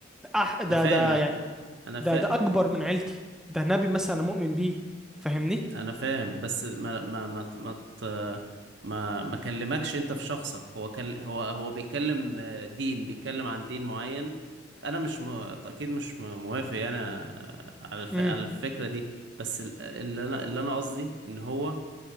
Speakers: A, in the centre; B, on the right.
A: أح... ده
B: انا فاهم
A: ده يعني
B: انا
A: ده
B: فا...
A: ده اكبر من عيلتي ده نبي مثلا أنا مؤمن بيه فاهمني
B: انا فاهم بس ما ما ما ما ت- ما ما كلمكش انت في شخصك هو كل... هو هو بيتكلم آه، دين بيتكلم عن دين معين انا مش م... اكيد مش م- موافق يعني آه، على الف...
A: امم
B: على الفكرة دي بس ال- اللي انا اللي انا قصدي ان هو